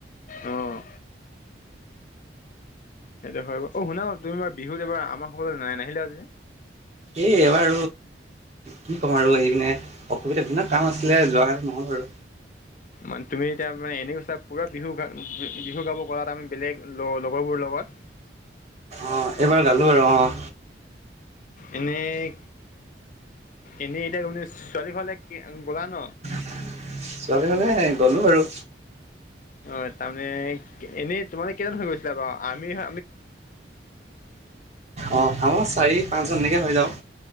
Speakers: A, on the left (about 45°); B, on the right (about 40°).
A: অ', অ', সেইটো হয় বাৰু অ' শুনা তুমি বাৰু বিহুত এবাৰ আমাৰ ঘৰলৈ নাহিলা যে?
B: এই এইবাৰ কি ক'ম আৰু এই মানে অসুবিধা বিলাক। কাম আছিলে যোৱাকালি নহ'ল আৰু।
A: মান তুমি এতিয়া এনেওচা পুৰা বিহু গা বি-বিহু গাব গ'লাত আমি বেলেগ ত' লগৰবোৰৰ লগত।
B: অ', এইবাৰ গালো আৰু অ'।
A: এনেই, এনেই এতিয়া তুমি ছোৱালী ঘৰলে কি গ'লা ন?
B: ছোৱালী ঘৰলে গ'লো আৰু।
A: হয়, তাৰমানে এনেই তোমাৰলোকে কেইজন মানুহ গৈছিলা বাৰু আমি <inaudible>
B: অঁ আমাৰ চাৰি পাঁচজন এনেকৈ হৈ যাওঁ